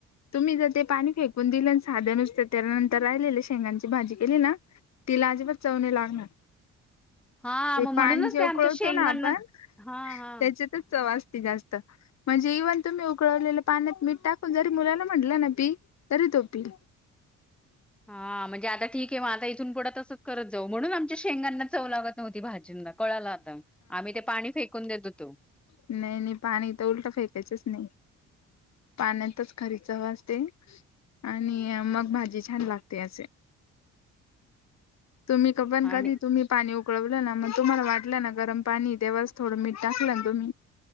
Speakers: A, on the left; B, in the centre.
A: तुम्ही जर ते पाणी फेकून दिले साध्या नुसते त्यानंतर राहिलेलं शेंगांची भाजी केले ना तिला अजिबात चवने लागणार,
B: हा
A: ते
B: मग म्हणूनच
A: पाणी जे
B: ते
A: उकळतो
B: आमच्या शेंगांना
A: ना आपण त्याचे
B: हा हा.
A: तर चवत जास्त म्हणजे इव्हन तुम्ही उकडवलेलं पाण्यात मीठ टाकून जरी मुलाला म्हटलं ना पी तरी तो पिईल.
B: हा म्हणजे आता ठीक आहे मग आता इथून पुढं तसच करत जाऊ म्हणून आम शेंगांना चव लागत नव्हती, भाजींना कळाला आता आम्ही ते पाणी फेकून देतो तो
A: नाही-नाही पाणी तर उलट फेकायचंच नाही. पाण्याचाच खरीचव असते. आणि मग भाजी छान लागते असे, तुम्ही क पण
B: आणि
A: कधी तुम्ही पाणी उकळवलं ना मग तुम्हाला वाट ना गरम पाणी तेवच थोडं मीठ टाकलं ना तुम्